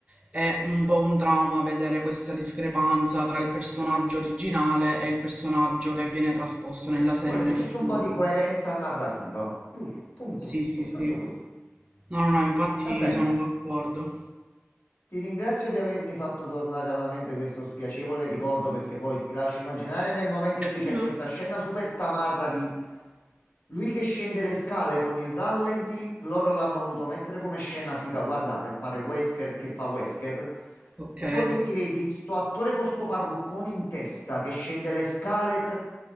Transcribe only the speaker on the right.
è un po' un trauma vedere questa discrepanza tra il personaggio originale e il personaggio che viene trasposto nella
serie
o nel
film.
Sì, sì,
sì.
No, no, no, infatti
sono d'accordo.
Mm.
Ok.